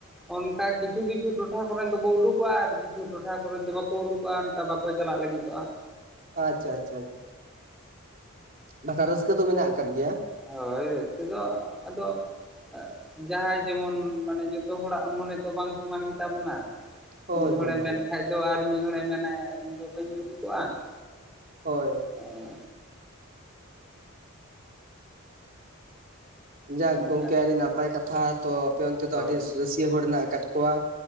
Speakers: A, in the centre; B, on the right.
A: ᱚᱱᱠᱟ ᱠᱤᱪᱷᱩ ᱠᱤᱪᱷᱩ ᱴᱚᱴᱷᱟᱠᱚᱨᱮᱱ ᱫᱚ ᱠᱚ ᱩᱰᱩᱠᱚᱜᱼᱟ, ᱟᱨ ᱠᱤᱪᱷᱩ ᱴᱚᱴᱷᱟᱨᱮᱱ ᱫᱚ ᱵᱟᱠᱚ ᱩᱰᱩᱠᱼᱟ ᱚᱱᱠᱟ ᱵᱟ ᱠᱚ ᱪᱟᱞᱟᱜ ᱞᱟᱹᱜᱤᱛᱚᱜᱼᱟ ᱾
B: ᱟᱪᱪᱷᱟ ᱟᱪᱪᱷᱟ ᱟᱪᱪᱷᱟ ᱵᱟᱠᱷᱟ ᱨᱟᱹᱥᱠᱟᱹ ᱫᱚ ᱢᱮᱱᱟᱜ ᱟᱠᱟᱫ ᱜᱮᱭᱟ ᱾
A: ᱦᱳᱭ ᱨᱟᱹᱥᱠᱟᱹ ᱫᱚ ᱟᱫᱚ ᱡᱟᱦᱟᱸᱭ ᱡᱮᱢᱚᱱ ᱢᱟᱱᱮ ᱡᱚᱛᱚ ᱦᱚᱲᱟᱜ ᱢᱚᱱᱮ ᱛᱚ ᱵᱟᱝ ᱥᱚᱢᱟᱱ ᱜᱮᱛᱟᱵᱚᱱᱟ ᱾
B: ᱦᱳᱭ
A: ᱢᱤᱫ ᱦᱚᱲᱮ
B: ᱦᱳᱭ ᱦᱳᱭ
A: ᱢᱮᱱ ᱠᱷᱟᱱᱡ ᱫᱚ ᱟᱨ ᱢᱤᱫ ᱦᱚᱲᱮ ᱢᱮᱱᱟᱭ ᱤᱧᱫᱚ ᱵᱟᱹᱧ ᱩᱰᱩᱠᱚᱜᱼᱟ ᱾
B: ᱦᱳᱭ
A: ᱦᱮᱸ
B: ᱡᱟᱠ
A: ᱚᱱᱠᱟ
B: ᱜᱚᱝᱠᱮ ᱟᱹᱰᱤ ᱱᱟᱯᱟᱭ ᱠᱟᱛᱷᱟ ᱛᱚ ᱟᱯᱮ ᱚᱱᱛᱮ
A: ᱦᱳᱭ
B: ᱫᱚ ᱟᱹᱰᱤ ᱨᱟᱹᱥ ᱛᱤ ᱦᱚᱲ ᱦᱮᱱᱟᱜ ᱟᱠᱟᱫ ᱠᱚᱣᱟ,